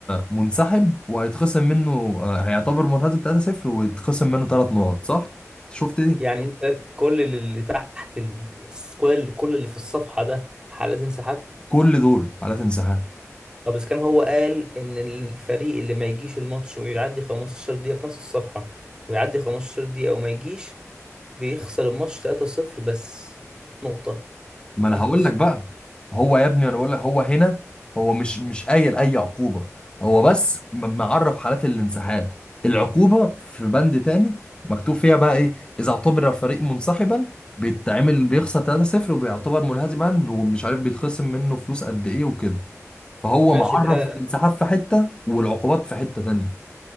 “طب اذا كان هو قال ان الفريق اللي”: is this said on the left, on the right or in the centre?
Right